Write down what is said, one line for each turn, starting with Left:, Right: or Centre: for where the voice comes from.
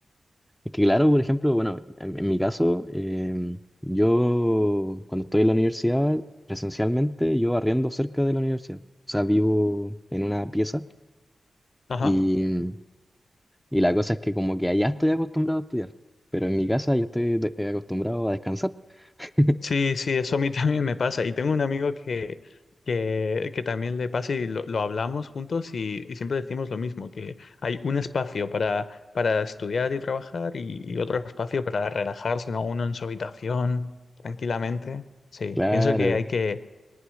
Centre: Es que claro, por ejemplo, bueno, en, en mi caso, em, yo cuando estoy en la universidad, presencialmente, yo arriendo cerca de la universidad. O sea, vivo en una pieza.
Left: Ajá.
Centre: Y, Y la cosa es que como que allá estoy acostumbrado a estudiar, pero en mi casa yo estoy de- eh, acostumbrado a descansar. <laughs>
Left: Sí, sí, eso a mí <laughs> también me pasa. Y tengo un amigo que, que, que también le pasa y lo, lo hablamos juntos y, y siempre decimos lo mismo, que hay un espacio para, para estudiar y trabajar y, y otro espacio para relajarse, ¿no? Uno en su habitación, tranquilamente. Sí,
Centre: Claro,
Left: pienso que hay que,